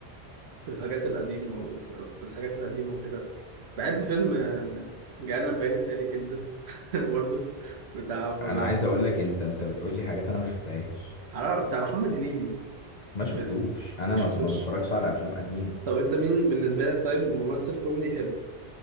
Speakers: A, on the right; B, on the left.
A: في الحاجات القديمة و- في الحاجات القديمة وكده بحب فيلم آه، جانا البيان التالي جدا <laughs> برضو بتاع م-
B: انا عايز اقول لك انت انت بتقول لي حاجات انا ما شفتهاش
A: حرام- بتاع محمد هنيدي
B: ما شفتوش
A: ب-
B: انا
A: ما
B: ما
A: شفتوش
B: ما بتفرجش على افلام قديمه
A: طب انت مين بالنسبة لك طيب ممثل كوميدي حلو